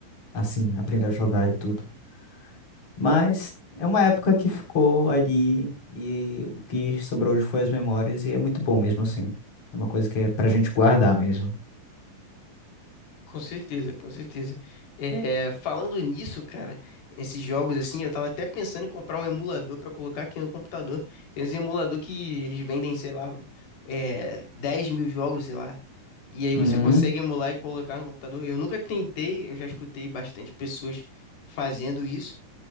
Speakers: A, on the left; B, on the left.
A: assim, aprender a jogar e tudo. Mas é uma época que ficou ali e o que sobrou hoje foi as memórias e é muito bom mesmo assim. É uma coisa que é pra gente guardar mesmo.
B: Com certeza, com certeza. É, falando nisso, cara, esses jogos assim, eu tava até pensando em comprar um emulador pra colocar aqui no computador. Tem uns emulador que eles vendem, sei lá, é, 10 mil jogos, sei lá. E aí
A: Uhum,
B: você consegue emular e colocar no computador. Eu nunca tentei, eu já escutei bastante pessoas fazendo isso.